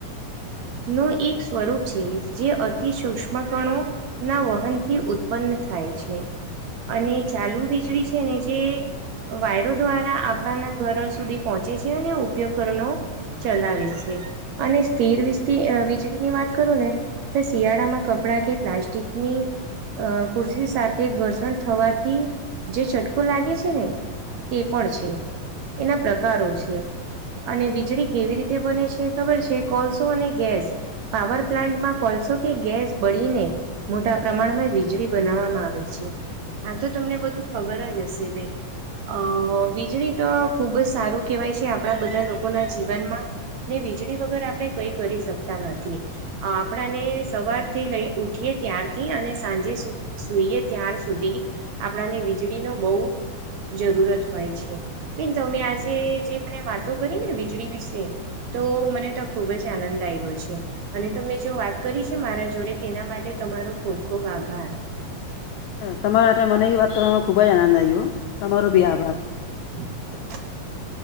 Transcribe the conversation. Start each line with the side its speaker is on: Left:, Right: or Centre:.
Right: નું એક સ્વરૂપ છે જે અતિ સુૂક્ષ્મ ગણો ના વહનથી ઉત્પન્ન થાય છે અને ચાલુ વીજળી છે ને જે વાયરો દ્વારા આપણાના ઘરો સુધી પહોંચે છે અને ઉપયોગ કરવાનો ચલાવી છી અને સ્થિર વ વીજળી ની વાત કરું ને શિયાળામાં કપડા કે પ્લાસ્ટિકની અ કુરશ સાથે ઘર્ષણ થવાથી જે ચટકોું લાગે છે ને તે પણ છે એના પ્રકારો છે અને ખજડી કેવી રીતે બને છે ખબર છે કોલસો અને ગેસ પાવર પ્લાન્ટમાં કોલસો કે ગેસ બળીને મોટા પ્રમાણમાં વીજળી બનાવવામાં આવે છે હા તો તમને બધું ખબર જ હશે બેન અ વીજળી તો ખુબ જ સારું કહેવાય છે આપણા બધા લોકોના જીવનમાં ને વીજળી વગર આપડણે કઈ કરી શકતા નથી આપણાને સવારથી લઈ ઉઠીયએ ત્યારથી અને સાંજે સુ સુઈએ ત્યાર સુધી આપણાને વીજળીનો બહુ જરૂરત હોય છે બેન તમે આજે જે મને વાતો કરી ને વીજળી વિશે તો મને તો ખુબ જ આનંદ આવ્યો છે અને તમે જો વાત કરી છે મારા જોડે તેના માટે તમારો ખુબ ખુબ આભાર
Left: તમારા માટે મને એ વાત કરવાનો ખુબ જ આનંદ આવ્યો તમારો બી આભાર
Right: <unintelligible>